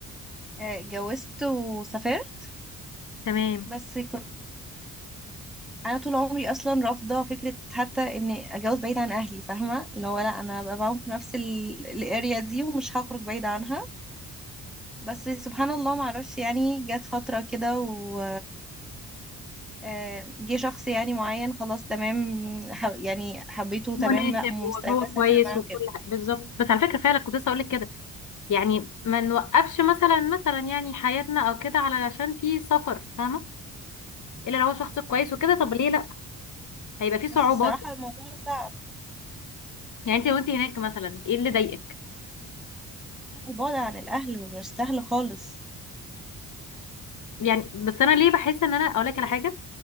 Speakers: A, in the centre; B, on the left.
A: آه، اتجوزت وسافرت
B: تمام
A: بس كنت انا طول عمري اصلا رافضه فكره حتى ان اتجوز بعيد عن اهلي فاهمه اللي هو لا انا ببقى معاهم في نفس الاريا دي ومش هخرج بعيد عنها بس سبحان الله ما اعرفش يعني جت فتره كده و آه، جه شخص يعني معين خلاص تمام ح- يعني حبيته
B: مناسب
A: تمام لا مستعده
B: وهو
A: اسافر
B: كويس
A: معاه
B: وكل
A: كده
B: حاجة بالظبط بس على فكرة فعلا كنت لسه هقولك كده يعني ما نوقفش مثلا مثلا يعني حياتنا او كده علشان في سفر فاهمة؟ الا لو هو شخص كويس
A: بس
B: وكده طب ليه لا؟ هيبقى في صعوبات
A: بس الصراحه الموضوع صعب
B: يعني انتي وانتي هناك مثلا ايه اللي ضايقك؟
A: البعد عن الاهل مش سهل خالص
B: يعني بس انا ليه بحس ان انا اقولك على حاجة